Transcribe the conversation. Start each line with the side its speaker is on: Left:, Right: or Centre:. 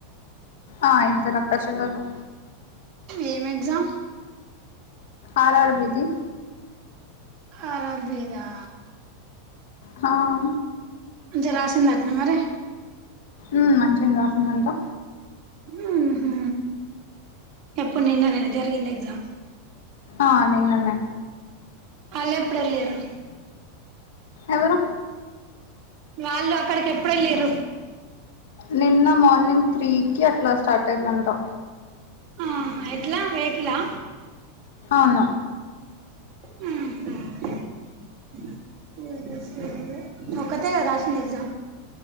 Left: ఆ ఇద్దరక్క చెల్లెల్లు
Right: ఏం ఎగ్జామ్
Left: ఆర్ అర్ బీది
Right: అర్ అర్ బిదా
Left: అ
Right: మంచిగ రాసిందట్న మరి
Left: మ్ మంచిగనే రాసిందంటా
Right: మ్ హు ఎప్పుడు నిన్ననేన జరిగింది ఎగ్జామ్
Left: ఆ నిన్ననే
Right: అళ్ళేప్పుడేల్లిర్రు
Left: ఎవరు
Right: వాళ్ళు అక్కడికి ఎప్పుడేల్లిర్రు
Left: నిన్న మార్నింగ్ త్రీకట్లా స్టార్ట్ అఇందంటా
Right: ఆహ ఎట్లా వెకిలా
Left: అన్న
Right: మ్ హు మ్ హు సరే ఒక్కతేగా రాసింది ఎగ్జామ్